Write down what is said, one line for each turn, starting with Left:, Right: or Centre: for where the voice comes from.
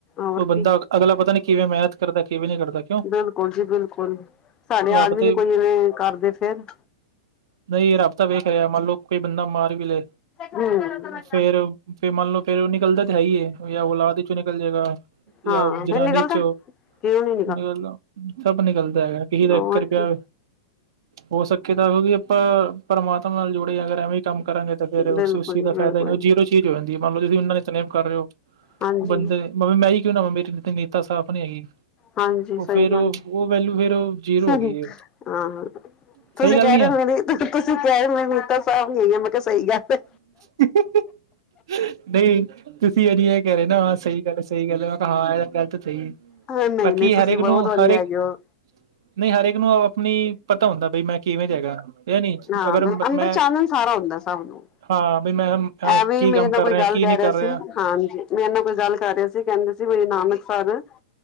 Left: ਹੋਰ
Right: ਓ ਬੰਦਾ
Left: ਕੀ
Right: ਅਗਲਾ ਪਤਾ ਨੀ ਕਿਵੇਂ ਮੈਨਤ ਕਰਦਾ ਕਿਵੇਂ ਨੀ ਕਰਦਾ। ਕਿਉਂ
Left: ਬਿਲਕੁਲ ਜੀ ਬਿਲਕੁਲ, ਸਾਡੇ
Right: ਰੱਬ
Left: ਆਦਮੀ
Right: ਤੇ
Left: ਦੇ ਕੋਈ ਇਵੇਂ ਕਰਦੇ ਫੇਰ!
Right: ਨਈ ਰੱਬ ਤਾਂ ਵੇਖ ਰਿਹਾ, ਮੰਨ ਲਓ ਕੋਈ ਬੰਦਾ ਮਾਰ ਵੀ ਲੈ।
Left: ਹਮ
Right: ਫੇਰ-ਫੇਰ ਮੰਨ ਲੋ ਫੇਰ ਨਿਕਲਦਾ ਤੇ ਹੈ ਹੀ ਏ ਯਾ ਔਲਾਦ ਚੋਂ ਨਿਕਲ ਜੇਗਾ ਯਾ
Left: ਹਾਂ
Right: ਜਨਾਨੀ
Left: ਫਿਰ ਨਿਕਲਦਾ
Right: ਚੋਂ।
Left: ਕਿਉਂ ਨੀ
Right: ਨਿਕਲਦਾ, ਸਭ ਨਿਕਲਦਾ ਹੈਗੈ, ਕਿਸੇ ਦਾ
Left: ਹੋਰ
Right: ਇੱਕ ਰੁਪਿਆ
Left: ਕੀ
Right: ਵੀ ਹੋ ਸਕੇ ਤਾਂ ਕਿਉਂਕਿ ਆਪਾਂ ਪਰਮਾਤਮਾ ਨਾਲ ਜੁੜੇ, ਅਗਰ ਐਵੇਂ ਕੰਮ ਕਰਾਂਗੇ ਤੇ ਫੇਰ ਉਸ-ਉਸ
Left: ਬਿਲਕੁਲ
Right: ਚੀਜ
Left: ਜੀ
Right: ਦਾ
Left: ਬਿਲਕੁਲ
Right: ਫਾਇਦਾ ਈ ਨੀ, ਓ ਜੀਰੋ ਚੀਜ਼ ਹੋ ਜਾਂਦੀ ਏ। ਮੰਨ ਲਓ ਤੁਸੀਂ ਹੁਣ ਨਾ ਨਿਤਨੇਮ ਕਰ ਰੇ ਓ,
Left: ਹਾਂਜੀ
Right: ਬੰਦੇ ਭਾਵੇਂ ਮੈਂ ਈ ਕਿਉਂ ਨਾ ਹੋਵਾਂ, ਮੇਰੀ ਨੀਤਾ- ਨੀਤਾ ਸਾਫ ਨੀਂ ਹੈਗੀ
Left: ਹਾਂਜੀ
Right: ਉਹ
Left: ਸਈ
Right: ਫੇਰ
Left: ਗੱਲ,
Right: ਉਹ ਉਹ ਵੈਲੂ ਫੇਰ ਉਹ ਜੀਰੋ
Left: ਸਹੀ,
Right: ਹੋ ਗਈ
Left: ਹਾਂ।
Right: ਸਹੀ
Left: ਤੁਸੀਂ
Right: ਗੱਲ
Left: ਕੈ
Right: ਨੀ
Left: ਰੇ
Right: ਆ
Left: ਓ ਮੇਰੀ, ਤੁਸੀ -ਤੁਸੀਂ ਕੈ ਰੇ ਮੇਰੀ ਨੀਤਾ ਸਾਫ਼ ਨੀ, ਮੈਂ ਕਿਆ ਸਈ ਗੱਲ ਏ।
Right: <inaudible> ਨਈ ਤੁਸੀਂ ਏਦੀ ਏ ਕੈ ਰੇ ਨਾ, ਸਈ ਗੱਲ ਏ, ਸਈ ਗੱਲ ਏ। ਮੈ ਕਿਆ ਹਾਂ ਐ ਗੱਲ ਤੇ ਸਈ ਏ।
Left: ਹਾਂ ਨਹੀਂ
Right: ਬਾਕੀ
Left: ਨਹੀਂ
Right: ਹਰੇਕ
Left: ਤੁਸੀਂ ਬਹੁਤ
Right: ਨੂੰ
Left: ਵਧੀਆ
Right: ਹਰੇਕ
Left: ਹੈਗੇ ਹੋ
Right: ਨਈ ਹਰੇਕ ਨੂੰ ਅਪਨੀ ਪਤਾ ਹੁੰਦਾ ਬਈ, ਮੈਂ ਕਿਵੇਂ ਜਾ ਏਗਾ, ਯਾ ਨੀ।
Left: ਹਾਂ
Right: ਅਗਰ
Left: ਅੰਦਰ
Right: ਮੈਂ
Left: ਚਾਨਣ ਸਾਰਾ ਹੁੰਦਾ ਸਭ ਨੂੰ,
Right: ਹਾਂ ਵੀ ਮੈਂ
Left: ਐਵੇਂ
Right: ਕੀ
Left: ਈ ਮੇਰੇ
Right: ਕੰਮ
Left: ਨਾਲ
Right: ਕਰ
Left: ਕੋਈ
Right: ਰਿਹਾ
Left: ਗੱਲ
Right: ਕੀ
Left: ਕੈ
Right: ਨਹੀਂ
Left: ਰੇਆ
Right: ਕਰ
Left: ਸੀ
Right: ਰਿਹਾ
Left: ਹਾਂਜੀ, ਮੇਰੇ ਨਾਲ ਕੋਈ ਗੱਲ ਕਰ ਰਿਹਾ ਸੀ, ਕੇਨਦੇ ਸੀ, ਬਈ ਨਾਨਕਸਰ